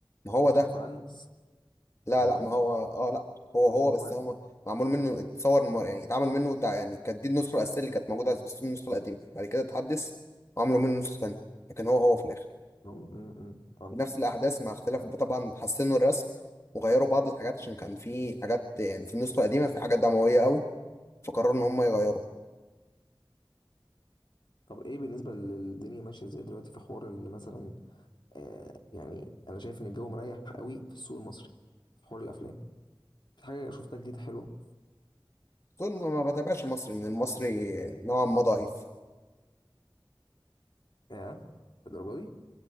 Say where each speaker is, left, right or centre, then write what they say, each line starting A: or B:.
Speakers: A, on the left (about 35°); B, on the left (about 65°).
A: ما هو
B: مختلف
A: ده
B: عن س-
A: لا
B: والله
A: لا ما هو أه لا هو
B: هو
A: هو بس
B: هو
A: هو معمول منه اتصور مر... يعني اتعمل منه تع... يعني كانت دي النسخة الأساسية اللي كانت موجودة على سبيستون النسخة القديمة بعد كده اتحدث وعملوا منه نسخة تانية لكن هو هو في الآخر
B: هو- م- م- فهمتك
A: نفس الأحداث مع اختلاف
B: فهمتك
A: طبعا حسنوا الرسم وغيروا بعض الحاجات عشان كان في حاجات يعني في النسخة القديمة في حاجات دموية قوي فقرروا إن هم يغيروا
B: طب ايه بالنسبه للدنيا ماشيه ازاي دلوقتي في حوار ان مثلا آه يعني انا شايف ان الجو مريح قوي في السوق المصري في حوار الافلام في حاجه شفتها جديده حلوه
A: طول ما ما بتابعش المصري إن المصري نوعا ما ضعيف
B: ياه الدرجه دي